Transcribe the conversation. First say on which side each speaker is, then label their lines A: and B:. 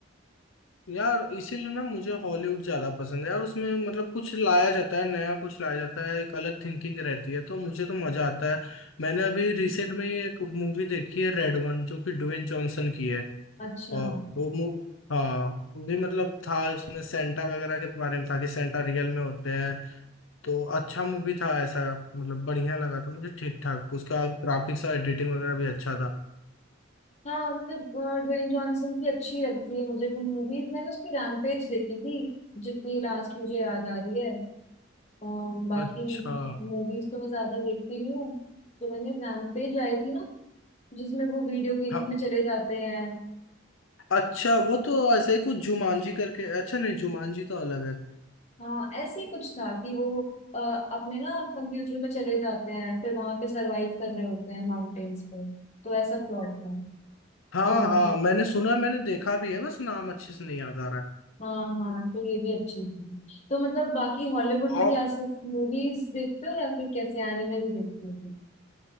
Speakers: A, on the left; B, on the left.
A: यार इसीलिए ना मुझे हॉलीवुड ज्यादा पसंद है यार उसमें मतलब कुछ लाया जाता है नया कुछ लाया जाता है एक अलग थिंकिंग रहती है तो मुझे तो मजा आता है मैंने अभी रिसेंट में ही एक मूवी देखी है रेड वन जो कि ड्वेन जॉनसन की है
B: अच्छा
A: और वो मूव हाँ वो भी मतलब था इसमें सेंटा वगैरह के बारे में था कि सेंटा रियल में होते हैं तो अच्छा मूवी था ऐसा मतलब बढ़िया लगा था मुझे ठीक ठाक उसका ग्राफिक्स और एडिटिंग वगैरह भी अच्छा था
B: हाँ मतलब अ, ड्वेन जॉनसन की अच्छी लगती है मुझे भी मूवीज मैंने उसकी रैम्पेज देखी थी जितनी लास्ट मुझे याद आ रही है अम, बाकी
A: अच्छा
B: मूवीज तो मैं ज्यादा देखती नहीं हूँ तो मैंने रैम्पेज आई थी ना जिसमें वो वीडियो गेम्स
A: हाँ
B: में चले जाते हैं
A: अच्छा वो तो ऐसे ही कुछ जुमानजी करके अच्छा नहीं जुमानजी तो अलग है
B: हाँ ऐसे ही कुछ था कि वो अ, अपने ना कंप्यूटर में चले जाते हैं फिर वहां पे सरवाइव कर रहे होते हैं माउंटेन्स पे तो ऐसा प्लॉट था
A: हाँ
B: तो
A: हाँ मैंने सुना मैंने देखा भी है बस नाम अच्छे से नहीं याद आ रहा है
B: हाँ हाँ तो ये भी अच्छी थी तो मतलब बाकी हॉलीवुड
A: और
B: में क्या सिर्फ मूवीज देखते हो या फिर कैसे एनिमे भी देखते हो